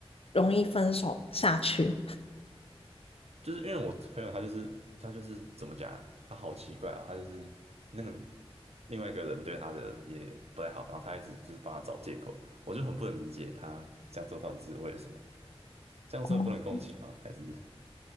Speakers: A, on the left; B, on the right.
A: 容易分手下去。
B: 就是因为我朋友他就是他就是怎么讲啊他好奇怪啊、他就是那个另外一个人对他的也不太好，然后他一直就是帮他找借口，我就很不能理解他这样做到底是为了什么，这样算不能共情吗？
A: <laughs>
B: 还是